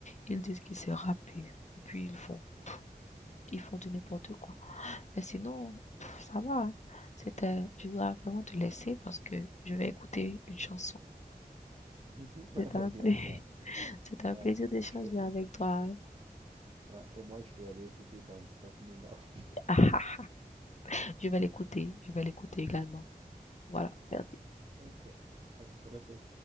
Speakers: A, on the left; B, on the right.
A: Ils disent qu'ils savent rapper. Et puis ils font ils font du n'importe quoi. Mais sinon, pff, ça va. hein. C'était, je voudrais vraiment te laisser parce que je vais écouter une chanson.
B: <laughs> Ouais,
A: C'est un plaisir,
B: bien sûr.
A: <laughs> c'est un
B: Ouais,
A: plaisir d'échanger
B: je fais.
A: avec toi.
B: Ouais, et moi je vais aller écouter Don't Stop Me Now. <laughs>
A: <laughs> Je vais l'écouter, je vais l'écouter également. Voilà, merci.
B: Ok, à la prochaine.